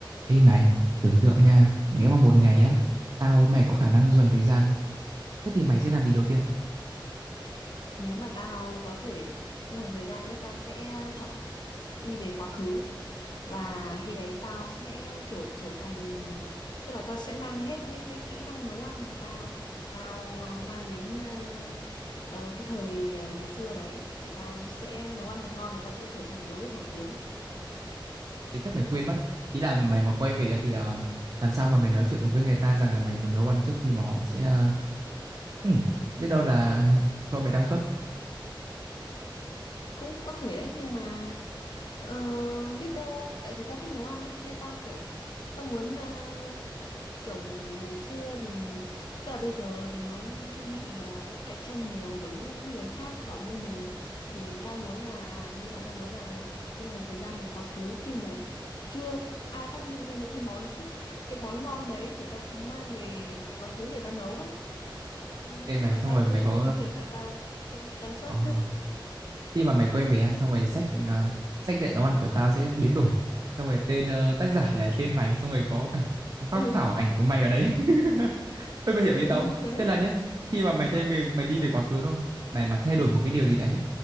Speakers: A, on the right; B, on the left.
A: Ê mày, tưởng tượng nha, nếu mà một ngày á, tao với mày có khả năng du hành thời gian, thế thì mày sẽ làm gì đầu tiên?
B: Nếu mà tao có thể du hành thời gian nhất tao sẽ chọn đi về quá khứ và khi đấy tao sẽ kiểu trở thành tức là tao sẽ mang hết những cái kỹ năng nấu ăn của tao để tao ờ, mang đến ờ, ờ, cái thời ờ, ngày xưa đấy để tao sẽ nấu ăn thật ngon và tao sẽ trở thành đầu bếp nổi tiếng
A: Thì chắc mày quên mất ấy. Ý là mày mà quay về á thì ờ, làm sao mà mày nói chuyện được với người ta rằng là mày muốn nấu ăn trước khi mà họ sẽ... ờ, ừ, biết đâu là cho mày đăng xuất.
B: cũng có thể đấy nhưng mà Ờ, biết đâu tại vì tao thích nấu ăn ấy nên tao kiểu tao muốn ờ, kiểu ngày xưa thì tức là bây giờ thì nó bị ờ, cạnh tranh nhiều bởi những người khác giỏi hơn mình thì tao muốn là nên là tao muốn là du hành thời gian về quá khứ khi mà chưa ai phát minh ra những cái món cái món ngon đấy để tao mang về quá khứ để tao nấu ấy Ừ,
A: Ê mày,
B: chứ còn
A: xong
B: tao
A: rồi mày
B: chưa nghĩ
A: có...
B: đến cái việc là tao sẽ bị trang xuất
A: ờ,
B: <laughs>
A: khi mà mày quay về á, xong rồi sách ờ, sách dạy nấu ăn của tao sẽ biến đổi xong rồi tên ờ, tác giả là tên mày xong rồi có cả phác
B: ừ
A: thảo ảnh của mày ở đấy <laughs> Ê, mày hiểu ý
B: ừ
A: tao không?
B: đấy
A: tức là nhá khi mà mày thay về mày đi về quá khứ đúng không mày mà thay đổi một cái điều gì đấy